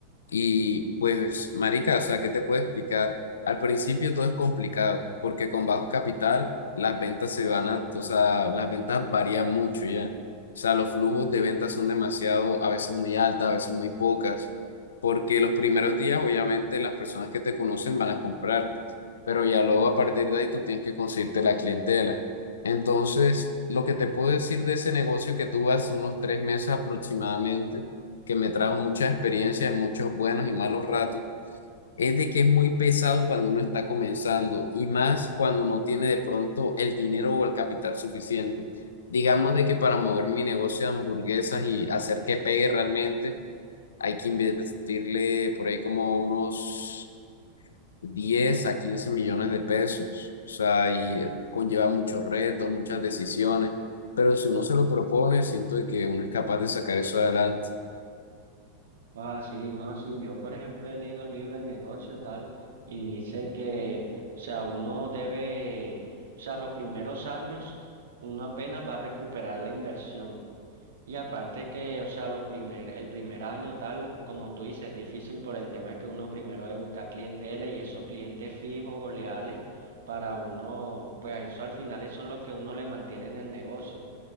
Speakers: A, on the left; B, on the right.
A: Y pues, marica, o sea, ¿qué te puedo explicar? Al principio todo es complicado, porque con bajo capital las ventas se van a, o sea, las ventas varían mucho ya. O sea, los flujos
B: Ujú,
A: de ventas son demasiado, a veces muy altas, a veces muy pocas, porque los primeros días, obviamente, las personas que te conocen van a comprar, pero ya luego
B: ujú,
A: a partir de ahí tú tienes que conseguirte la clientela. Entonces, lo que te puedo decir de ese negocio que tuve hace unos tres meses aproximadamente que me trajo muchas experiencias, muchos buenos y malos ratos, es de que es muy pesado cuando uno está comenzando y más cuando no tiene de pronto el dinero o el capital suficiente. Digamos de que
B: claro.
A: para mover mi negocio de hamburguesas y hacer que pegue realmente, hay que invertirle por ahí como unos 10 a 15 millones de pesos. O sea, y conlleva muchos retos, muchas decisiones, pero si uno se lo propone, siento de que uno es capaz de sacar eso adelante.
B: Ah, sí, no, sí, yo por ejemplo he leído libros de negocio tal y dice que, o sea, uno debe, o sea, los primeros años uno apenas va a recuperar la inversión. Y aparte que, o sea, los primer, el primer año tal, como tú dices, es difícil por el tema de que uno primero debe buscar clientela y esos clientes fijos o leales para uno, pues eso al final son los que uno le mantiene en el negocio.